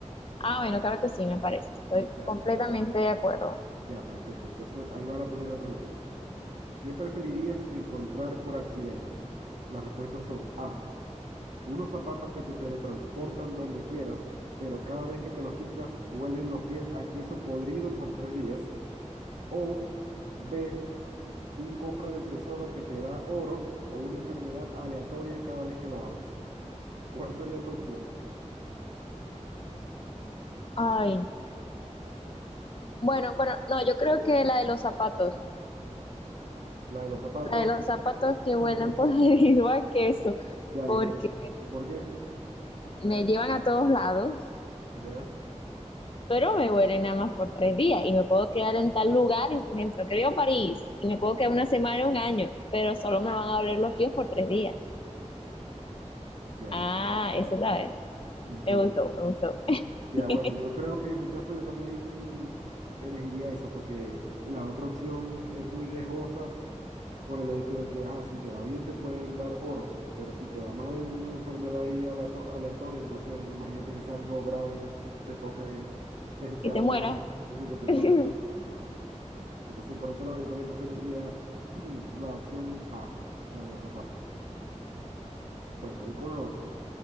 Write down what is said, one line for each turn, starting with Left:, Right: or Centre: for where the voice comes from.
Left: Ah, bueno, claro que sí, me parece. Estoy
Right: Ya.
Left: completamente de acuerdo.
Right: Ya, perfecto. Entonces ahí va la primera pregunta. ¿Qué preferirías encontrar por accidente? Las respuestas son A. Unos zapatos que te teletransportan donde quieras, pero cada vez que te los quitas, huelen los pies a queso podrido por tres días. O B, un cofre del tesoro que te da oro o una enfermedad aleatoria cada vez que lo abres. <laughs> ¿Cuál sería tu opción?
Left: Ay, bueno, bueno, no, yo creo que la de los zapatos,
Right: La de los zapatos
Left: la de los
Right: que
Left: zapatos
Right: te
Left: que
Right: teletransportan.
Left: huelen por <laughs> debido a queso,
Right: Ya,
Left: porque
Right: ¿y por, y por qué?
Left: me llevan a todos lados,
Right: Ya,
Left: pero me huelen nada más por tres días y me puedo quedar en tal lugar, en- por ejemplo, que París y me puedo quedar una semana, un año, pero solo me van a oler los pies por tres días.
Right: ya
Left: Ah,
Right: entiendo,
Left: eso es la verdad.
Right: entiendo.
Left: Me gustó, me gustó.
Right: Ya,
Left: <laughs>
Right: bueno, yo creo que en mi caso yo también elegiría esa porque la otra opción es muy riesgosa por el hecho de que, ajá, si te va bien te pueden dar oro, pero si te va mal una enfermedad ahí aleato- aleatoria, entonces imagínate que sea algo grave y te toque, <laughs> que sea
Left: Y te
Right: lo
Left: mueras.
Right: último, sí, que te
Left: <laughs>
Right: toque morirte, no. no, no. Entonces por ese lado yo también preferiría <clears throat> la opción A, la de los zapatos. Bueno, voy con la otra.